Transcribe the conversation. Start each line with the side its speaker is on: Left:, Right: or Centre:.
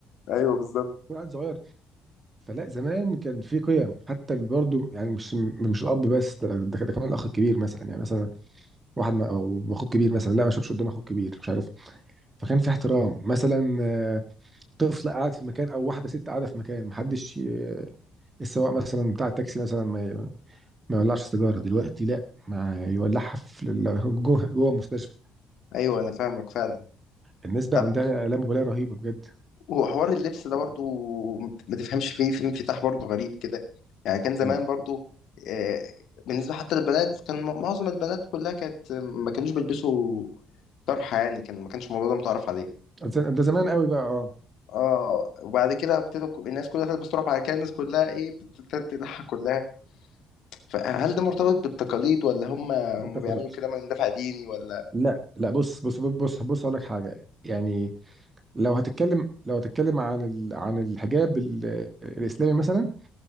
Left: ايوه بالظبط
Right: يكون عيل صغير فلا زمان كان في قيم حتى برضه يعني مش مش الاب بس ده, ده ده كمان الاخ الكبير مثلا يعني مثلا واحد ما أو اخوك كبير مثلا لا ما اشربش قدام اخوك كبير مش عارف فكان في احترام مثلا آه، طفل قاعد في مكان او واحده ست قاعده في مكان محدش ي- السواق مثلا بتاع التاكسي مثلا ما ي- ما يولعش سيجاره دلوقتي لا ما يولعها في ال- جوه جوه المستشفى
Left: ايوه انا فاهمك فعلا
Right: الناس بقى
Left: طب
Right: عندها آلام مبالاه رهيبه بجد
Left: هو حوار اللبس ده برضه ما تفهمش فيه في انفتاح برضه غريب كده يعني كان زمان
Right: مم.
Left: برضه آه، بالنسبه حتى للبنات كان م- معظم البنات كلها كانت ما كانوش بيلبسوا طرحه يعني كان ما كانش الموضوع ده متعرف عليه
Right: ده ده زمان قوي بقى اه
Left: اه وبعد كده ابتدوا ك- الناس كلها تلبس تروح بعد كده الناس كلها ايه بتبتدي تضحك كلها فهل ده مرتبط بالتقاليد ولا هم هم
Right: بالتقاليد
Left: بيعملوا كده من دافع ديني ولا
Right: لا لا بص بص بص بص اقول لك حاجه يعني لو هتتكلم لو هتتكلم عن ال... عن الحجاب ال... الاسلامي مثلا